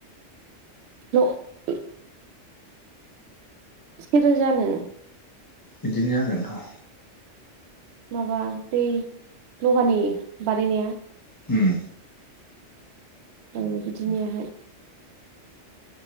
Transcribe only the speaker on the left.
बिदिनो जागोनथ'।
उम।